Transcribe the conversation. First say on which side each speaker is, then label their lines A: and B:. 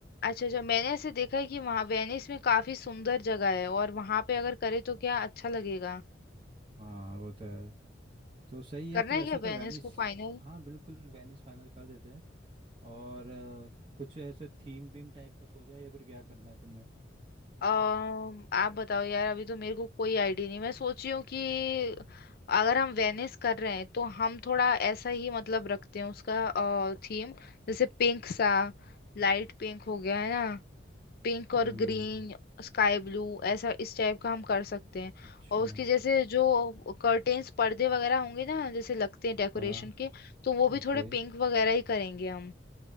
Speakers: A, on the left; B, on the right.
A: अच्छा अच्छा मैंने ऐसे देखा है कि वहाँ वेनिस में काफी सुंदर जगह है और वहाँ पे अगर करे तो क्या अच्छा लगेगा
B: हाँ वो तो है तो सही
A: करना
B: है तो
A: है
B: ऐसा
A: क्या
B: तो
A: वेनिस
B: वेनिस
A: को फाइनल
B: हाँ बिल्कुल वेनिस फाइनल कर देते हैं और अ, कुछ ऐसे थीम वीम टाइप का सोचा है या फिर क्या करना है तुमने
A: अम, आप बताओ यार अभी तो मेरे को कोई आइडिया नहीं मैं सोच रही हूँ कि
B: हम्म
A: अगर हम वेनिस कर रहे हैं तो हम थोड़ा ऐसा ही मतलब रखते हैं उसका थीम जैसे पिंक सा लाइट पिंक हो गया है ना पिंक और
B: हम्म,
A: ग्रीन स्काई ब्लू ऐसा इस टाइप का हम कर सकते हैं
B: अच्छा
A: और उसकी जैसे जो कर्टेन्स पर्दे वगैरह होंगे ना जैसे लगते हैं डेकोरेशन
B: हाँ
A: के तो वो भी
B: ओके
A: थोड़े पिंक वगैरह ही करेंगे हम